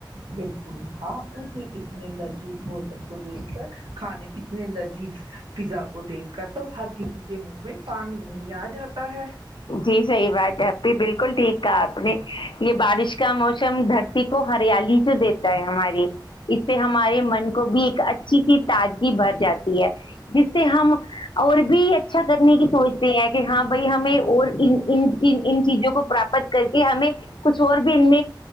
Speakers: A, on the right (about 75°); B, on the left (about 75°).
A: بالکل ہاں یک اتنے لذیذ بوجن کو دیکھ کر کھانے اتنے لذیذ فضا کو دیکھ کر تو ہر کسی کے منہ میں پانی ہی آ جاتا ہے
B: جی صحیح بات ہے اب بھی بالکل ٹھیک آپ نے یہ بارش کا موسم دھرتی کو ہریالی جو دیتا ہماری اس سے ہمارے من کو بھی ایک اچھی سی تازگی بھر جاتی ہے جس سے ہم اور بھی اچھا کرنے کی سوچتے ہیں کہ ہاں بھائی ہمیں اور ان چیزوں کو پراپت کر کے ہمیں کچھ اور بھی ان